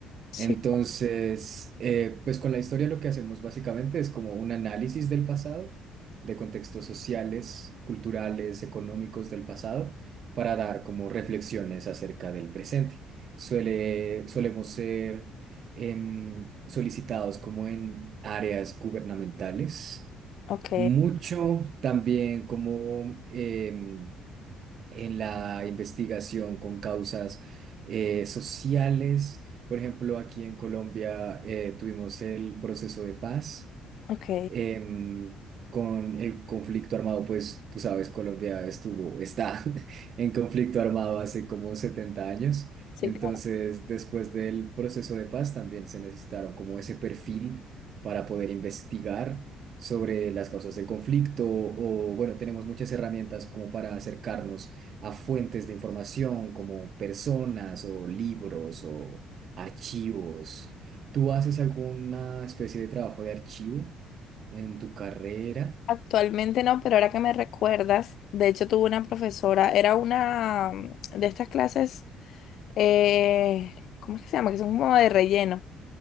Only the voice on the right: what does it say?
Entonces, eh, pues con la historia lo que hacemos básicamente es como un análisis del pasado, de contextos sociales, culturales, económicos del pasado, para dar como reflexiones acerca del presente. Suele, solemos ser em, solicitados como en áreas gubernamentales,
mucho también como em, en la investigación con causas eh, sociales. Por ejemplo, aquí en Colombia eh, tuvimos el proceso de paz
em, con el conflicto armado, pues tú sabes, Colombia estuvo, está <laughs> en conflicto armado hace como 70 años.
Entonces,
después del proceso de paz, también se necesitaron como ese perfil para poder investigar sobre las causas del conflicto o, bueno, tenemos muchas herramientas como para acercarnos a fuentes de información como personas o libros o archivos. ¿Tú haces alguna especie de trabajo de archivo? en tu carrera.